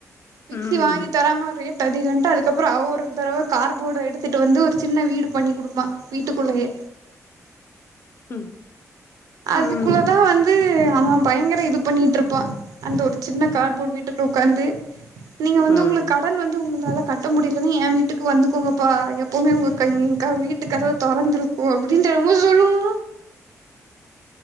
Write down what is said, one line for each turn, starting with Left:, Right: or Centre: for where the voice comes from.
Right: மிக்சி
Left: ம்
Right: வாங்கி தராம ஒரே ட்டதி கண்ட அதுக்கப்புறோ அவ்வ ஒரு தடவ கார் போட எடுத்துட்டு வந்து ஒரு சின்ன வீடு பண்ணி குடுப்பா வீட்டுக்குள்ளயே
Left: ம்
Right: அதுக்குள்ளதா
Left: ம்
Right: வந்து அவ பயங்கர இது பண்ணிட்டு இருப்பா அந்த ஒரு சின்ன கார்போடு வீட்டுக்குள்ள உக்காந்து நீங்க வந்து
Left: ம்
Right: உங்களுக்கு கட ன் வந்து உங்களால கட்ட முடியலன்னா எ வீட்டுக்கு வந்துக்கோங்கப்பா எப்போமே உங்க கை எங்கா வீட் ட்டு கதவு தொறந்துருக்கு அப்டின்டு என்னமோ சொல்லுவா